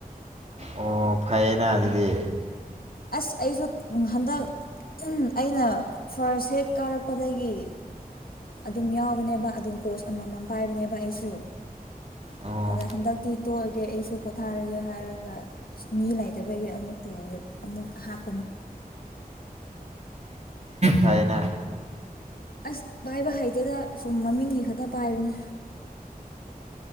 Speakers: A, on the right; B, on the left.
A: ꯑꯣ ꯐꯩꯌꯦꯅ ꯑꯗꯨꯗꯤ
B: ꯑꯁ ꯑꯩꯁꯨ ꯍꯟꯗꯛ ꯑꯩꯅ ꯐꯥꯔꯁ ꯍꯦꯛ ꯀꯥꯔꯛꯄꯗꯒꯤ ꯑꯗꯨꯝ ꯌꯥꯎꯕꯅꯦꯕ ꯑꯗꯨꯝ ꯄꯣꯁ ꯑꯃꯃꯝ ꯄꯥꯏꯕꯅꯦꯕ ꯑꯩꯁꯨ
A: ꯑꯣ
B: ꯑꯗ ꯍꯟꯗꯛꯇꯤ ꯇꯣꯛꯑꯒꯦ ꯑꯩꯁꯨ ꯄꯣꯊꯥꯔꯒꯦ ꯍꯥꯏꯔꯒ ꯃꯤ ꯂꯩꯇꯕꯒꯤ ꯑꯃꯨꯛ ꯄꯨ ꯑꯃꯨꯛ ꯍꯥꯞ
A: ꯍꯥꯏꯅ
B: ꯑꯁ ꯄꯥꯏꯕ ꯍꯩꯇꯦꯗ ꯁꯨꯝ ꯃꯃꯤꯡꯒꯤ ꯈꯛꯇ ꯄꯥꯏꯕꯅꯦ